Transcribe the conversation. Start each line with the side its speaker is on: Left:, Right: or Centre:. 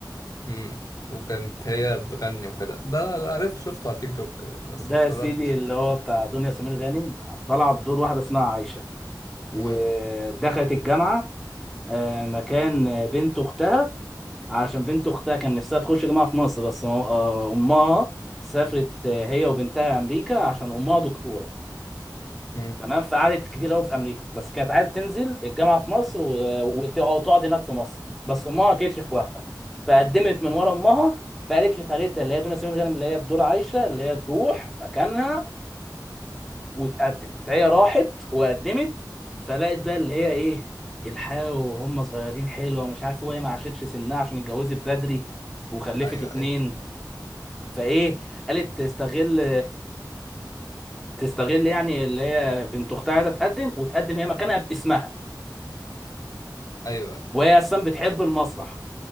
Left: امم وكانت هي بتغني وكده ده لا لا، عارف شفته على تيك توك بس
Centre: ده
Left: ما اتفرجتش
Centre: يا سيدي اللي
Left: لا
Centre: هو بتاع دنيا سمير غانم طلع بدور واحدة اسمها عايشة ودخلت
Left: امم
Centre: الجامعة آه، مكان بنت أختها علشان بنت أختها كان نفسها تخش جامعة في مصر بس ما- آه، أمها سافرت آه، هي وبنتها أمريكا عشان أمها دكتورة
Left: امم
Centre: تمام فقعدت كتير قوي في امريكا بس كانت عايزه تنزل الجامعه في مصر و... وت- أو تقعد هناك في مصر بس امها ما كانتش موافقه فقدمت من ورا امها فقالت لخالتها اللي هي دنيا سمير غانم اللي هي بدور عايشه اللي هي تروح مكانها وتقدم فهي راحت وقدمت فلقت بقى اللي هي ايه الحياه وهم صغيرين حلوه ومش عارف وهي ما عاشتش سنها عشان اتجوزت بدري وخلفت
Left: ايوه
Centre: اتنين
Left: ايوه
Centre: فايه قالت تستغل تستغل يعني اللي هي بنت اختها عايزه تقدم وتقدم هي مكانها باسمها
Left: ايوه
Centre: وهي اصلا بتحب المسرح